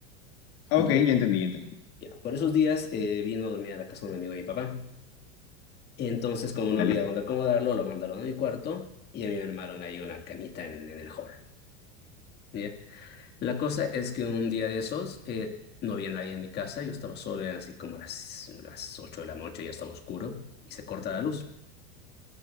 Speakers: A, on the left (about 60°); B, on the left (about 30°).
A: Ah,
B: ¿Ya?
A: Ok, ya entendí, ya entendí.
B: Ya. Por esos días eh, vino a dormir a la casa de un amigo de mi papá. Entonces, como no
A: Dale.
B: había dónde acomodarlo, lo mandaron a mi cuarto y a mí me armaron ahí una camita en, en el hall. ¿Ya? La cosa es que un día de esos eh, no había nadie en mi casa, yo estaba solo, eran así como las, las 8 de la noche, ya estaba oscuro y se corta la luz.